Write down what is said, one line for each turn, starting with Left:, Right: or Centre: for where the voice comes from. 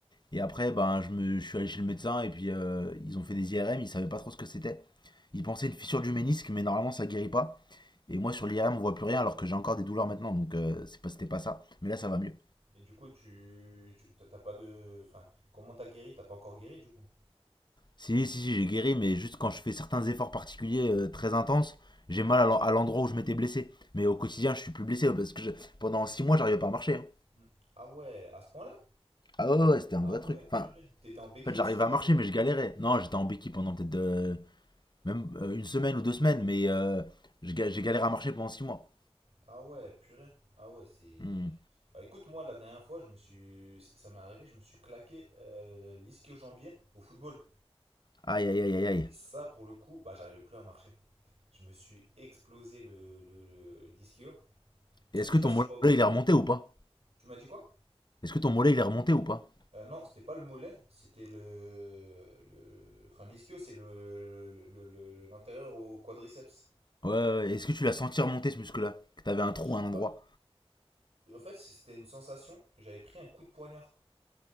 Left: Et après, ben, je me, je suis allé chez le médecin et puis euh, ils ont fait des IRM. Ils savaient pas trop ce que c'était. Ils pensaient une fissure du ménisque, mais normalement ça guérit pas. Et moi sur l'IRM on voit plus rien alors que j'ai encore des douleurs maintenant. Donc euh, c'est pas, c'était pas ça. Mais là ça va mieux.
Right: Mais du coup, tu, tu t'as t'as pas de... Enfin, comment t'as guéri? T'as pas encore guéri, du coup?
Left: Si, si, si, j'ai guéri, mais juste quand je fais certains efforts particuliers euh, très intenses, j'ai mal à l'en- à l'endroit où je m'étais blessé. Mais au quotidien, je suis plus blessé parce que je- pendant 6 mois, j'arrivais pas à marcher. hein.
Right: Hmm. Ah ouais, à ce point-là?
Left: Ah ouais, ouais, ouais, c'était un
Right: Ah
Left: vrai
Right: ouais,
Left: truc.
Right: purée.
Left: Enfin,
Right: T'étais en béquille,
Left: En fait,
Right: etc.
Left: j'arrivais à marcher,
Right: du coup.
Left: mais je galérais. Non, j'étais en béquille pendant peut-être euh, même euh, une semaine ou deux semaines, mais euh, j'ai ga- j'ai galéré à marcher pendant six mois.
Right: Ah ouais, purée. Ah ouais, c'est...
Left: Hmm.
Right: Bah écoute, moi, la dernière fois, je me suis... Ça m'est arrivé, je me suis claqué euh, l'ischio-jambier au football.
Left: Aïe, aïe, aïe, aïe, aïe.
Right: Et ça, pour le coup, bah j'arrivais plus à marcher. Je me suis explosé le, le, le- l'ischio.
Left: Et est-ce
Right: Je sais
Left: que
Right: pas
Left: ton
Right: si
Left: mollet,
Right: tu vois...
Left: il est remonté ou pas
Right: Tu m'as dit quoi?
Left: Est-ce que ton mollet, il est remonté ou pas
Right: Euh, non, c'était pas le mollet, c'était le... le... Enfin, l'ischio, c'est le, le, le- le- l'antérieur au quadriceps.
Left: Ouais, ouais, ouais. Est-ce que tu l'as senti remonter, ce muscle-là Que t'avais un
Right: Je
Left: trou
Right: l'ai
Left: à un
Right: pas...
Left: endroit
Right: Et en fait, c'était une sensation. J'avais pris un coup de poignard.